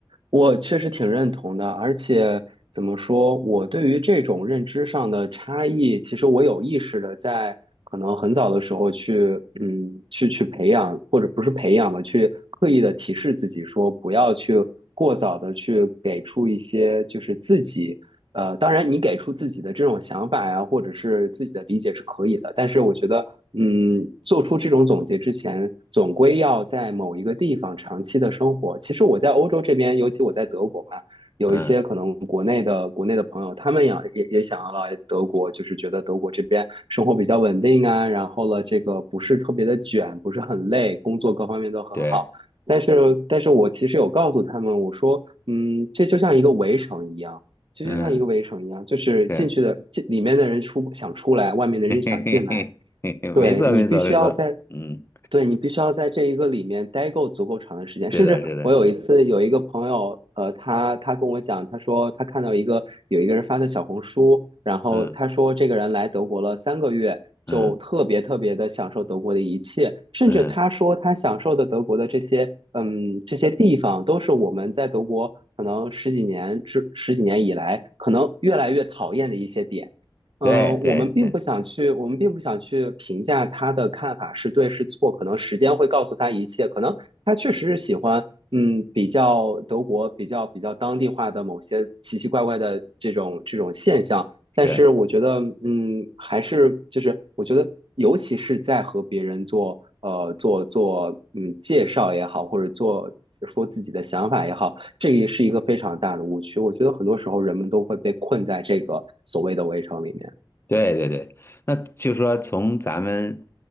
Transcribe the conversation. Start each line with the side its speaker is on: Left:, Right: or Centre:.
Right: 我确实挺认同的，而且怎么说，我对于这种认知上的差异，其实我有意识的在可能很早的时候去，嗯，去去培养，或者不是培养吧，去刻意的提示自己说，不要去过早的去给出一些就是自己呃，当然你给出自己的这种想法呀，或者是自己的理解是可以的，但是我觉得，嗯，做出这种总结之前，总归要在某一个地方长期的生活。其实我在欧洲这边，尤其我在德国嘛，有一些可能国内的国内的朋友，
Left: 嗯，
Right: 他们也也也想要来德国，就是觉得德国这边生活比较稳定啊，然后了这个不是特别的卷，不是很累，工作各方面都很好。
Left: 对，
Right: 但是，但是我其实有告诉他们，我说，嗯，这就像一个围城一样。就就像一个围城一样，
Left: 嗯。
Right: 就是进去的进里面的人出想出来，
Left: 对。
Right: 外面的人想进来，
Left: <laughs> 嘿嘿嘿嘿嘿嘿，没错，
Right: 对你必须要在，
Left: 没错，没错。嗯，
Right: 对你必须要在这一个里面待够足够长的时间。甚至我有一次有一个朋友，
Left: 是的，是的，
Right: 呃，他他跟我讲，他说他看到一个有一个人发的小红书，然后他说这个人来德国了三个月，
Left: 嗯
Right: 就特别特别的享受德国的一切，
Left: 嗯
Right: 甚至他说他享受的德国的这些，
Left: 嗯，
Right: 嗯，这些地方都是我们在德国可能十几年之十几年以来可能越来越讨厌的一些点。嗯，
Left: 对对对，
Right: 呃我们并不想去，我们并不想去评价他的看法是对是错，可能时间会告诉他一切。可能他确实是喜欢，嗯，比较德国比较比较当地化的某些奇奇怪怪的这种这种现象。但是我觉得，
Left: 是。
Right: 嗯，还是就是我觉得，尤其是在和别人做呃做做嗯介绍也好，或者做说自己的想法也好，这个也是一个非常大的误区。我觉得很多时候人们都会被困在这个所谓的围城里面。
Left: 对对对，那就是说从咱们